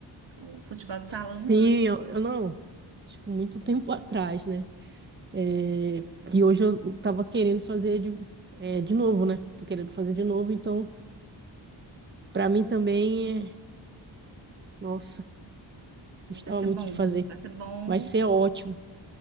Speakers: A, on the right (about 70°); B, on the right (about 25°).
A: o futebol de salão
B: Sim,
A: antes.
B: eu, eu não, tipo, muito tempo atrás, né? É, e hoje eu tava querendo fazer de, é, de novo, né? Tô querendo fazer de novo, então para mim também é, nossa.
A: Aí
B: Gostava
A: Vai ser
B: muito
A: bom,
B: de fazer.
A: vai ser bom.
B: Vai ser ótimo.